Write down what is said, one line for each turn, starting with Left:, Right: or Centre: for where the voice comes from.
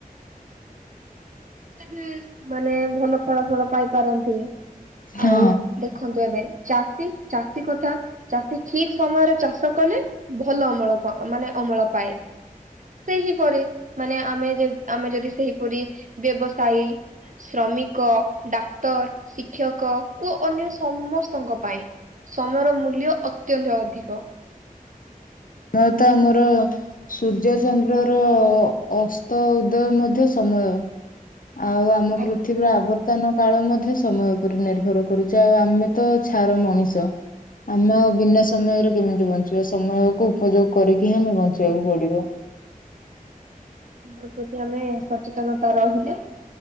Right: ବେ ସେମାନେ ଭଲ ଫଳା ଫଳ ପାଇପାରନ୍ତି,
Left: ହଁ
Right: ଆଉ ଦେଖନ୍ତୁ ଏବେ, ଚାଷୀ ଚାଷୀ କଥା। ଚାଷୀ ଠିକ ସମୟରେ ଚାଷ କଲେ, ଭଲ ଅମଳ ପ ମାନେ ଅମଳ ପାଏ। ସେହିପରି, ମାନେ ଆମେ ଆମେ ଯଦି ସେହିପରି ବ୍ୟବସାୟୀ। ଶ୍ରମିକ, ଡାକ୍ତର, ଶିକ୍ଷକ ଓ ଅନ୍ୟ ସମସ୍ତଙ୍କ ପାଇଁ। ସମୟର ମୂଲ୍ୟ, ଅତ୍ୟନ୍ତ ଅଧିକ।
Left: ମୁ ତ ମୋର। ସୂର୍ଯ୍ୟ ଚନ୍ଦ୍ରର ଅସ୍ତ ଉଦୟ ମଧ୍ୟ ସମୟ। ଆଉ ଆମ
Right: ଆଜ୍ଞା।
Left: ପୃଥିବୀର ଆବର୍। ତାନ କାଳ ମଧ୍ୟ, ସମୟ ଉପରେ ନିର୍ଭର କରୁଛେ। ଆଉ ଆମେ ତ ଛାର ମଣିଷ। ଆମେ ଆଉ ବିନା ସମୟରେ କେମିତି ବଞ୍ଚିବା? ସମୟକୁ ଉପଯୋଗ କରିକି ହିଁ ଆମେ ବଞ୍ଚିବାକୁ ପଡିବ।
Right: ଆମ ପ୍ରତି ଆମେ ସଚେତନତା ରହିଲେ।